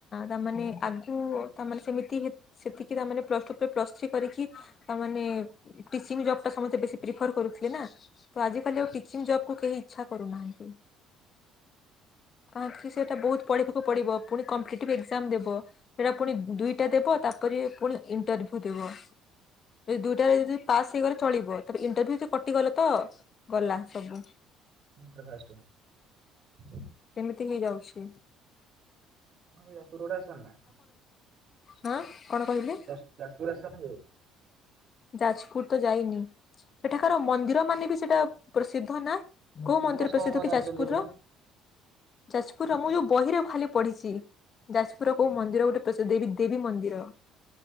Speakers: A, on the left; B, on the right.
A: ତାମାନେ ଆଗୁ ତା ମାନେ ସେମିତି ହି ସେତିକି ତା ମାନେ ପ୍ଲସ୍ ଟୁ ପରେ ପ୍ଲସ ଥ୍ରୀ କରିକି ତାମାନେ ଟିଚିଂ ଜବ ଟା ସମସ୍ତେ ବେଶି ପ୍ରିଫର କରୁଥିଲେ ନା ତ ଆାଲି ଆଉ ଟି ଟିଚିଂ ଜବ୍ କୁୁ କେହି ଇଚ୍ଛା କରୁନାହାନ୍ତି। କାହିଁକି ସେଇଟା ବହୁତ ପଢିବାକୁ ପଡିବ ପୁଣି କମ୍ପିଟେଟିଭ୍ ଏକ୍ସାମ୍ ଦେବ ସେଇଟା ପୁଣି ଦୁଇଟା ଦେବ ତା ତାପରେ ପୁଣି ଇଣ୍ଟରଭ୍ୟୁ ଦେବ ଏ ଦୁଇଟାରେ ଯଦି ପାସ୍ ହେଇଗଲେ ଚଳିବ ତେବେ ଇଣ୍ଟରଭ୍ୟୁରୁ କଟିଗଲ ତ ଗଲା ସବୁ
B: <unintelligible>
A: କେହି ଯାଉଛି?
B: ହଁ ଭାଇ ଆଜି <unintelligible> ଆସ ନା।
A: ହଁ। କଣ କହିଲେ
B: ଯାଜ ଯାଜପୁର ଆସିଛ ନା କେବେ?
A: ଯାଜପୁର ତ ଯାଇନି ସେଠାକାର ମନ୍ଦିର ମାନେ ବି ସେଟା ପ୍ରସିଦ୍ଧ ନା କୋଉ
B: ଫେମସ
A: ମନ୍ଦିର ପ୍ରସିଦ୍ଧ
B: କଣ କଣ
A: କି
B: ଜାଣିଛନ୍ତି
A: ଯାଜପୁରର?
B: ଏପଟେ?
A: ଯାଜପୁର ଆମ ଯୋଉ ବହିରେ ଖାଲି ପଢିଛି ଯାଜପୁର କୋଉ
B: ଆଜ୍ଞା
A: ମନ୍ଦିର ଗୋଟେ ପ୍ର ଦେବୀ ଦେବୀ ମନ୍ଦିର।